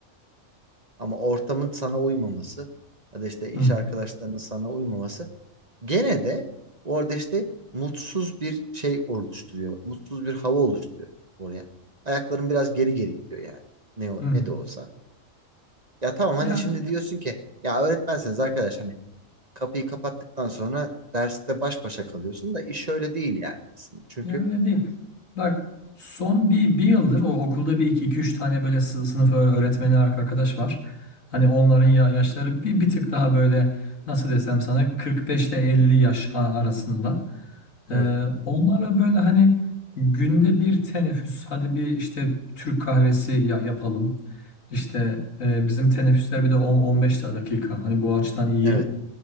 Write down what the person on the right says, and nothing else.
Ama ortamın sana uymaması ya da işte iş
arkadaşlarının sana uymaması gene de orada işte mutsuz bir şey oluşturuyor. Mutsuz bir hava oluşturuyor oraya. Ayakların biraz geri geri gidiyor yani. Ne, o-
ne de olsa. Ya tamam hani
şimdi diyorsun ki ya öğretmenseniz arkadaş hani kapıyı kapattıktan sonra derste baş başa kalıyorsun da iş öyle değil yani aslında. Çünkü
Hı hı.
evet.
Hı
hı.
Evet.